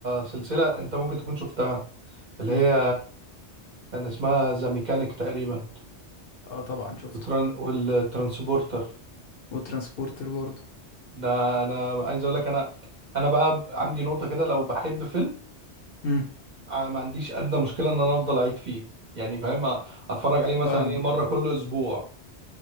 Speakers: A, on the right; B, on the left.
A: سلسلة أنت ممكن تكون شفتها اللي
B: امم
A: هي كان اسمها ذا ميكانيك تقريبا
B: اه طبعا شفته
A: وتران والترانسبورتر
B: وترانسبورتر برضه
A: ده انا عايز اقول لك انا انا بقى عندي نقطة كده لو بحب فيلم
B: امم
A: ع- ما عنديش ادنى مشكلة ان انا افضل اعيد فيه يعني فاهم اتفرج عليه مثلا
B: فاهمك
A: ايه مرة
B: آه.
A: كل اسبوع